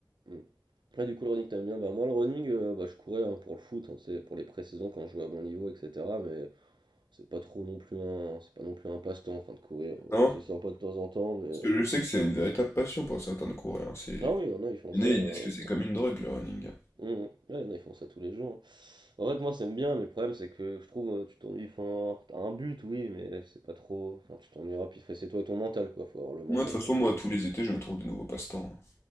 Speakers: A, on the right (about 85°); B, on the left (about 35°).
A: Mm. Ouais, du coup, le running, t'aimes bien. Bah, moi, le running, euh, bah, je courais hein, pour le foot, hein, c'est pour les pré-saisons quand je jouais à bon niveau, etc. Mais c'est pas trop non plus un, c'est pas non plus un passe-temps, enfin, de courir. euh,
B: Non?
A: C'est sympa de temps en temps, mais.
B: Parce que je sais que c'est une véritable passion pour certains de courir. hein, C'est...
A: Ah oui, il y en a, ils font
B: Il
A: ça,
B: y en
A: euh,
B: a, ils disent que
A: ils
B: c'est
A: font
B: comme
A: ça.
B: une drogue, le running.
A: Mm, mm. Ouais, il y en a, ils font ça tous les jours. hein. En fait, moi, ça me bien, mais le problème, c'est que je trouve, euh, tu t'ennuies, enfin, t'as un but, oui, mais c'est pas trop. Enfin, tu t'ennuieras, puis c'est toi et ton mental, quoi. Faut avoir le mental
B: Moi, de toute
A: pour
B: façon, moi,
A: courir.
B: tous les étés, je me trouve de nouveaux passe-temps.